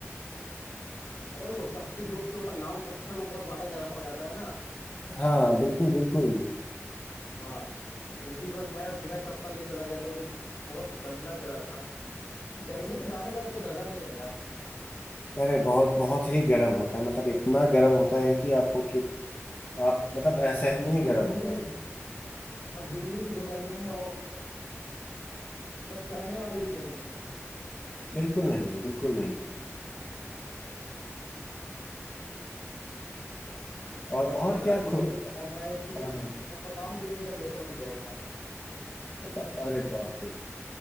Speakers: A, on the left; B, on the left.
A: अरे वो तपती धूप के ऊपर लाल पत्थर वो बहुत ज्यादा गर्म हो जाता है ना
B: हाँ बिल्कुल बिल्कुल
A: हाँ तो उसी पे मैं बिना चप्पल के चला गया तो वो बहुत गंदा जगह था गर्मी में जाने लायक वो जगह नहीं है यार
B: अरे बहुत बहुत ही गर्म होता है मतलब इतना गर्म होता है कि आपको कि आप मतलब असहनीय
A: और
B: गर्म
A: दिल्ली
B: होता
A: में
B: है
A: और दिल्ली की जो गर्मी है वो मतलब सहने वाली भी नहीं है
B: बिल्कुल नहीं है बिल्कुल नहीं है और
A: लाइक
B: और
A: उतना
B: क्या
A: डिग्री
B: खो
A: लाइक मैं जो पीछे
B: हाँ,
A: मैं पचास डिग्री टेम्परेचर में गया था
B: अच्छा अरे बाप रे